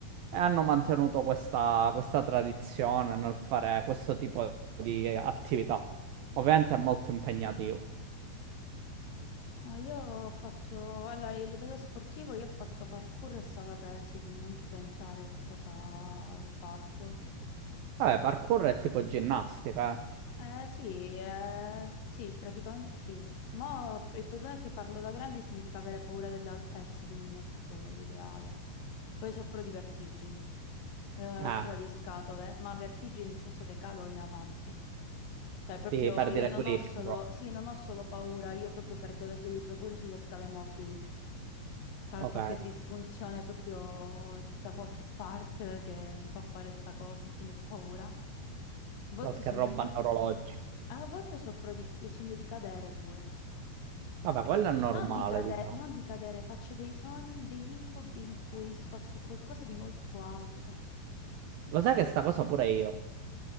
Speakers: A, on the right; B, on the left.
A: hanno mantenuto questa, questa tradizione nel fare questo tipo di attività. Ovviamente è molto impegnativo.
B: No, io ho fatto, allora, a livello sportivo io ho fatto parkour e sala pesi, quindi non ti pensare che cosa ho fatto.
A: Vabbè, parkour è tipo ginnastica,
B: Eh, sì, eh, sì, praticamente sì. Ma il problema è che farlo da grandi significa avere paura delle altezze, quindi non è proprio l'ideale. Poi soffro di vertigini, ed è una
A: eh.
B: rottura
A: Eh,
B: di scatole, ma vertigini nel senso che cado in avanti. Cioè, proprio
A: di perdere
B: io non
A: equilibrio.
B: ho solo, sì, non ho solo paura, io proprio perdo l'equilibrio pure sulle scale mobili. Sarà
A: Ok,
B: qualche disfunzione proprio da qualche parte che mi fa fare sta cosa, quindi ho paura. A volte
A: qualche
B: sogno
A: roba
B: pure,
A: neurologica.
B: a volte soffro di, sogno di cadere pure.
A: Vabbè,
B: Cioè,
A: quello è normale,
B: non di cade-
A: diciamo.
B: non di cadere, faccio dei sogni, degli incubi in cui sto su qualcosa di molto alto.
A: Lo sai che sta cosa pure io?